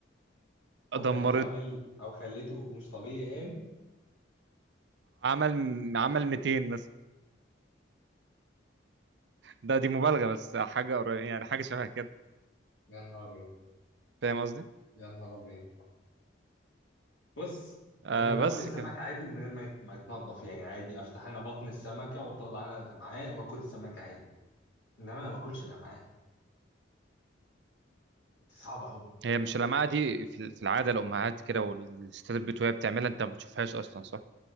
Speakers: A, on the left; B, on the right.
A: او
B: دمرته
A: خليته عامل او خليته مش طبيعي يعني
B: عمل عمل 200 مثلا ده دي مبالغة بس حاجة قريبة يعني حاجة شبه كده
A: يا نهار ابيض
B: فاهم قصدي؟
A: يا نهار ابيض بص
B: آه
A: انا باكل
B: بس
A: السمك
B: كده
A: عادي من غير ما يت- ما يتنضف يعني عادي افتح انا بطن السمكه واطلع انا الامعاء واكل السمك عادي انما انا ما باكلش الامعاء دي صعبه قوي
B: هي مش اللمعة دي في في العادة الأمهات كده والستات البيت وهي بتعملها أنت ما بتشوفهاش أصلا صح؟